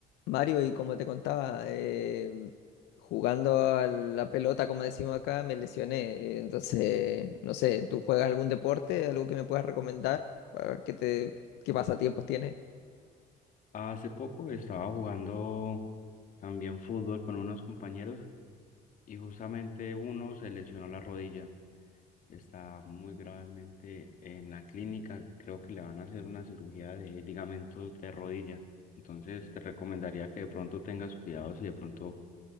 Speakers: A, on the left; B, on the left.
A: Mario, y como te contaba, eh, jugando a la pelota, como decimos acá, me lesioné. eh, Entonces, no sé, ¿tú juegas algún deporte? ¿Algo que me puedas recomendar? Para ¿Qué te, qué pasatiempos tienes?
B: Hace poco estaba jugando también fútbol con unos compañeros y justamente uno se lesionó la rodilla. Está muy gravemente en la clínica. Creo que le van a hacer una cirugía de ligamentos de rodilla. Entonces te recomendaría que de pronto tengas cuidado si de pronto